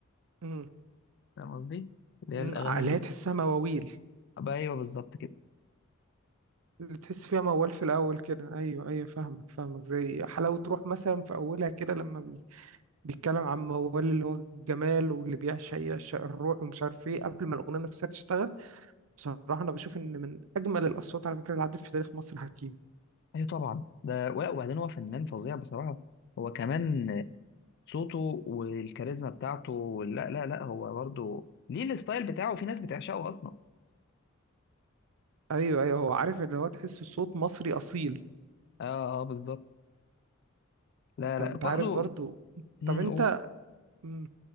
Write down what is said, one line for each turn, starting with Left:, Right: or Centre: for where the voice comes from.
Right: مم،
Left: فاهم قصدي اللي
Right: مم،
Left: هي الاغاني
Right: اللي
Left: اللي...
Right: هي تحسها مواويل
Left: أبقى ايوه بالظبط كده
Right: اللي تحس فيها موال في الأول كده أيوه أيوه فاهمك فاهمك زي حلاوة روح مثلا في أولها كده لما بي- بيتكلم عن موال اللي هو الجمال واللي بيعشق يعشق الروح ومش عارف إيه قبل ما الأغنية نفسها تشتغل بصراحة أنا بشوف إن من أجمل الأصوات على فكرة اللي عدت في تاريخ مصر حكيم
Left: ايوه طبعا ده وبعدين هو فنان فظيع بصراحة هو كمان صوته والكاريزما بتاعته وال- لا لا لا هو برضه ليه الستايل بتاعه في ناس بتعشقه اصلا
Right: أيوه أيوه هو عارف اللي هو تحس صوت مصري أصيل
Left: اه اه بالظبط لا
Right: طب
Left: لا
Right: أنت
Left: برضه
Right: عارف برضو
Left: مم،
Right: طب أنت
Left: قول
Right: مم،